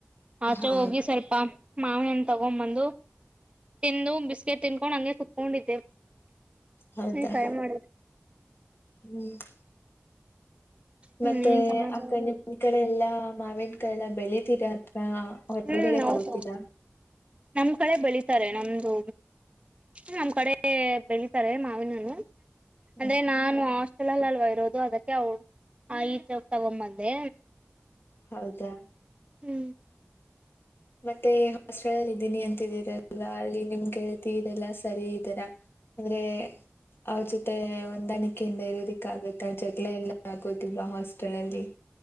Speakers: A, on the right; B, on the left.
A: ಆಚೆ
B: ಹಾಗೆ
A: ಹೋಗಿ ಸ್ವಲ್ಪ ಮಾವನನ್ ತಗೊಂಡ್ ಬಂದು ತಿಂದು ಬಿಸ್ಕೆಟ್ ತಿನ್ಕೊಂಡು ಹಂಗೆ ಕುತ್ಕೊಂಡಿದ್ದೆ
B: ಹೌದಾ
A: ನೀ ೈ ಮಾಡ
B: ಹ್ಮ್
A: ಹ್ಮ್
B: ಮತ್ತೆ
A: ಏನ್ ಸಮಾಚಾರ
B: ಅಕ್ಕ ನಿನ್ ಕಡೆ ಎಲ್ಲಾ ಮಾವಿನ ಕಡೆ ಎಲ್ಲ ಬೆಳಿತೀರಾ ಹ ಹೊರರಗಡೆ
A: ಹ್ಮ್ ಹೌದು
B: ತಗೋತೀರಾ
A: ನಮ್ ಕಡೆ ನಮ್ದು ನಮ್ ಕಡೆ ಬೆಳಿತಾರೆ ಮಾವಿನನು
B: ಹ್ಮ್
A: ಅಂದ್ರೆ ನಾನು ಆ ಚಲಲಲ್ವ ಇರೋದು ಅದಕ್ಕೆ ಅವ ಆ ಈಚ ತಗೊಂಬಂದೆ
B: ಹೌದಾ
A: ಹ್ಮ್
B: ಮತ್ತೆ ಹಾಸ್ಟೆಲ್ ಅಲ್ಲಿ ಇದ್ದೀನಿ ಅಂತಿದ್ದೀರಲ್ವಾ ಅಲ್ಲಿ ನಿಮ್ಗೆಳ್ತಿ ಇದೆಲ್ಲಾ ಸರಿ ಇದರ ಅಂದ್ರೆ ಅವ್ರ ಜೊತೆ ಹೊಂದಾಣಿಕೆಯಿಂದ ಇರೋದಿಕ್ಕ ಆಬೇಕ ಜಗಳ ಎಲ್ಲ ಆಗೋದಿಲ್ವಾ ಹಾಸ್ಟೆಲ್ ಅಲ್ಲಿ